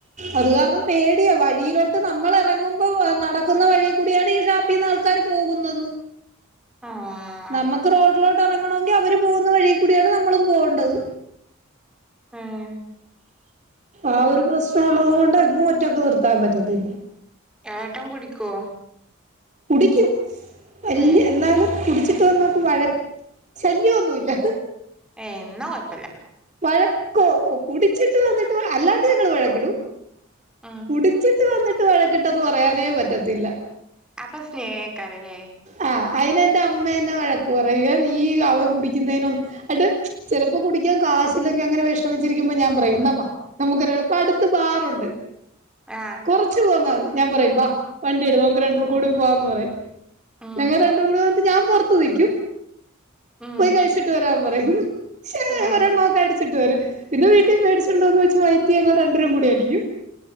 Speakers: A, on the right (about 35°); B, in the centre.
A: അത് കാരണം പേടിയ വഴിയിലോട്ട് നമ്മൾ ഇറങ്ങുമ്പോ നടക്കുന്ന വഴി കൂടിയാണ് ഈ ഷാപ്പ് ഷാപ്പിന്ന് ആൾക്കാാര് പോകുന്നതും
B: ആഹ്
A: നമ്മക്ക് റോഡിലോട്ട് ഇറങ്ങണങ്കി അവര് പോകുന്ന വഴി കൂടിയാണ് നമ്മളും പോകണ്ടത്
B: ഉം
A: ആ ഒരു പ്രശ്നം ഉള്ളത് കൊണ്ട് എങ്ങും ഒറ്റക് നിർത്താൻ പറ്റത്തില്ല
B: ഏട്ടം കുടിക്കോ
A: കുടിക്കൂ വല്യ
B: ഏ
A: എന്നാലും കുടിച്ചിട്ട് വന്നു വയക്ക് ശല്യന്നുല്ല
B: ഏയ്ന്നാ കുഴപ്പല്ല
A: വഴക്കോ കുടിച്ചിട്ട് വന്നിട്ട് വ അല്ലാണ്ട് ഞങ്ങള് വഴക്കിടും
B: ഉം
A: കുടിച്ചിട്ട് കുടിച്ചിട്ട് വന്നിട്ട് വയകിട്ടെന്ന് പറയാനേ പറ്റത്തില്ല
B: അപ്പ സ്നേഹക്കാരം ല്ലേ
A: ആ അതിനെ ന്റെ അമ്മേന്നെ വഴക്ക് പറയും നീ അവൻ കുടിക്കുന്നതിനൊന്ന് ന്നട്ട് ചിലപ്പോ കുടിക്കാൻ കാശിലെങ്കി അങ്ങനെ വിഷമിച്ചിരിക്കുമ്പോ ഞാൻ പറയും എന്നാ നമുക്ക് അടുത്ത് ബാറുണ്ട്
B: ആഹ്
A: കുറച്ച് പോന്നാ മതി ഞാൻ പറയും ബാ വണ്ടി എടു ഞമ്മക്ക് രണ്ടൂർ കൂടി പോവാന്ന് പറയും
B: ഉം
A: ഞങ്ങ രണ്ടും കൂടെ ന്നിട്ട് ഞാൻ പൊറത്ത് നിക്കും
B: ഉം
A: പോയി കഴിച്ചിട്ട് വരാൻ പറയും
B: ഏ
A: ഒരെണ്ണം ഒക്കെ അടിച്ചിട്ട് വരും പിന്നെ വീട്ടിൽ മേടിച്ചുണ്ടോന്ന് വെച്ച് വൈകിട്ട് ഞങ്ങൾ രണ്ട് പേരും കൂടി അടിക്കും